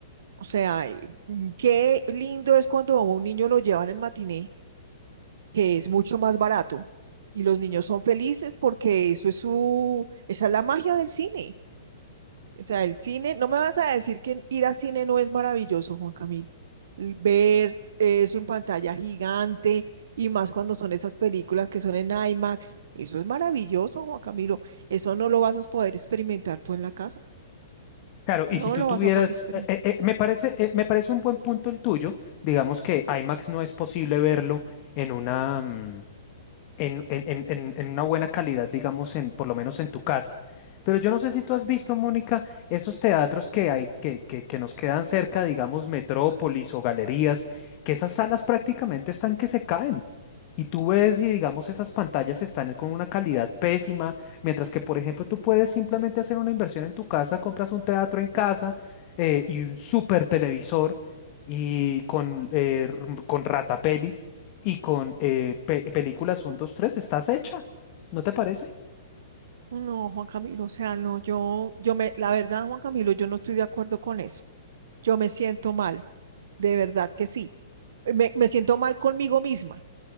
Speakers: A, on the right (about 65°); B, on the left (about 40°).
A: O sea, eh, mm, qué lindo es cuando a un niño lo llevan en matiné, que es mucho más barato, y los niños son felices porque eso es su, esa es la magia del cine O sea, el cine, no me vas a decir que ir al cine no es maravilloso, Juan Camilo. L- Ver eso en pantalla gigante y más cuando son esas películas que son en IMAX, eso es maravilloso, Juan Camilo. Eso no lo vas a poder experimentar tú en la casa.
B: Claro, y
A: No
B: si tú
A: lo
B: tuvieras,
A: vas a poder experimentar.
B: eh, eh, eh, me parece, eh, me parece un buen punto el tuyo, digamos que IMAX no es posible verlo en una, mm, en, en- en- en- en una buena calidad, digamos, en, por lo menos en tu casa. Pero yo no sé si tú has visto, Mónica, esos teatros que hay, que, que, que nos quedan cerca, digamos, Metrópolis o galerías, que esas salas prácticamente están que se caen. Y tú ves y digamos esas pantallas están con una calidad pésima, mientras que, por ejemplo, tú puedes simplemente hacer una inversión en tu casa, compras un teatro en casa eh, y un super televisor y con, eh, r- con ratapelis y con eh, pe- películas uno 2 3 estás hecha, ¿no te parece?
A: No, Juan Camilo, o sea, no, yo, yo me, la verdad, Juan Camilo, yo no estoy de acuerdo con eso. Yo me siento mal, de verdad que sí. Me, me siento mal conmigo misma